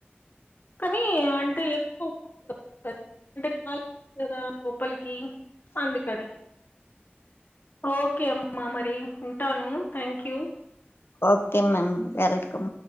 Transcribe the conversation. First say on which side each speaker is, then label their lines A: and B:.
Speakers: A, on the left; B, on the left.
A: కానీ అంటే ఎక్కువ <unintelligible> కదా లోపలికి అందుకని ఓకే అమ్మా మా మరి ఉంటాను thank you
B: okay ma'am welcome